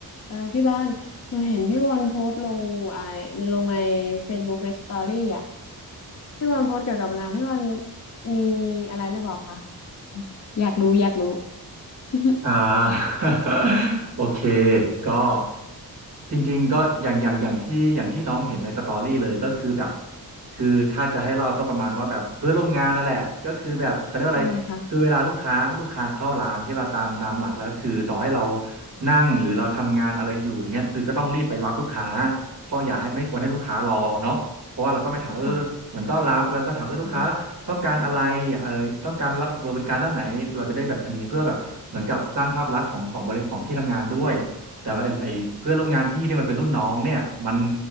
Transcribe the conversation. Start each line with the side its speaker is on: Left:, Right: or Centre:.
Left: เออพี่บอลหนูเห็นพี่บอลโพสต์ลงไอ้ลงใน Facebook ในสตอรี่อ่ะพี่บอลโพสต์เกี่ยวกับงานพี่บอลมีอะไรหรือเปล่าคะอยากรู้อยากรู้ <laughs>
Right: อ่า <laughs> โอเคก็จริงๆก็อย่างอย่างอย่างที่อย่างที่น้องเห็นในสตอรี่เลยก็คือแบบคือถ้าจะให้เราก็ประมาณว่าแบบเพื่อนร่วมงานนั่นแหละก็คือแบบเขาเรียกว่าอะไรคือเวลาลูกค้าลูกค้าเข้าร้านใช่ป่ะตามตามหลักแล้วคือต่อให้เรา
Left: ทำไมคะ
Right: นั่งหรือเราทำงานอะไรอยู่อย่างเงี้ยคือก็ต้องรีบไปรับลูกค้าเพราะอย่าให้ไม่ควรให้ลูกค้ารอเนาะเพราะว่าเราต้องไปถามเออเหมือนต้อนรับแล้วก็ถามเออลูกค้า
Left: ค่ะอืม
Right: ต้องการอะไรเออต้องการรับบริการด้านไหนเราจะได้แบบอันนี้เพื่อแบบเหมือนกับสร้างภาพลักษณ์ของของบริของที่ทำงานด้วยแต่ว่าไอ้ไอ้เพื่อนร่วมงานพี่ที่มันเป็นรุ่นน้องเนี่ยมัน